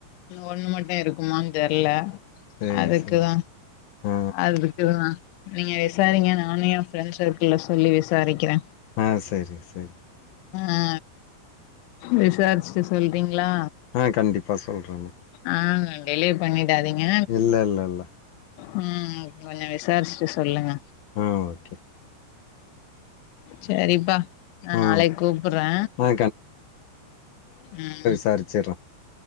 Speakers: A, on the left; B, on the left.
A: ஒண்ணு மட்டு இருக்குமானு தெர்லே
B: சரி
A: அதுக்குதா
B: சரி ஆ
A: அது <unintelligible> நீங்க விசாரிங்க நானு எ ஃப்ரெண்ட்ஸ் சர்க்கிள்லசொல்லி விசாரிக்கிறே
B: ஆ சேரிங் சேரிங்
A: ஆ விசாரிச்சுட்டு சொல்றீங்களா
B: ஆ கண்டிப்பா சொல்றேண்ணா
A: ஆ டிலே பண்ணிடாதீங்க
B: இல்ல இல்ல இல்ல
A: மம் கொஞ்ச விசாரிச்சுட்டு சொல்லுங்க
B: ம் ஓகே
A: செரிப்பா நா
B: ஆ
A: நாளைக் கூப்புறே
B: ஆ
A: ம்
B: வச்சர்றே